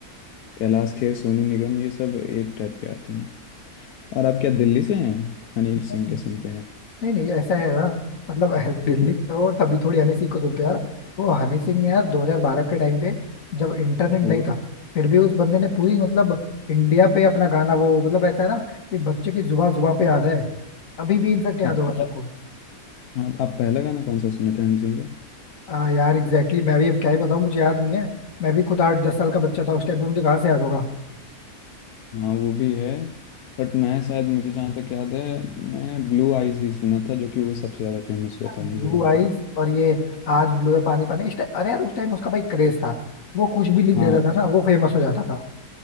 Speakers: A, on the left; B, on the left.
A: कैलाश खेर सोनू निगम ये सब एक टाइप के आते हैं और आप क्या दिल्ली से हैं हनी
B: है
A: सिंह के सुनते हैं आप?
B: नहीं नहीं ऐसा है ना मतलब अह, दिल्ली
A: <laughs> हम्म,
B: और तभी थोड़ी हनी सिंह को सुनते हो यार वो हनी सिंह ने यार 2012 के टाइम पे जब इंटरनेट नहीं
A: वो
B: था फिर भी उस बंदे ने पूरी मतलब इंडिया पे अपना गाना वो मतलब ऐसा है ना कि बच्चे की जुबा जुबा पे याद है अभी भी इनफेक्ट याद
A: आप
B: होगा
A: पहला
B: सबको
A: आप, आप पहला गाना कौन सा सुने थे हनी सिंह के
B: हाँ यार एग्जैक्टली exactly, मैं भी अब क्या ही बताऊँ मुझे याद नहीं है मैं भी खुद आठ दस साल का बच्चा था उस टाइम पे मुझे कहाँ से याद होगा
A: हाँ वो भी है बट मैं शायद मुझे जहाँ तक याद है मैं ब्लू आईज ही सुना था जो कि वो सबसे ज़्यादा फेमस हुआ था
B: ब्लू
A: मुझे जहाँ
B: आईज
A: तक
B: और ये आज ब्लू है पानी पानी इस टाइम अरे यार उस टाइम उसका भाई क्रेज था वो कुछ भी लिख
A: हाँ
B: देता था ना वो फेमस हो जाता था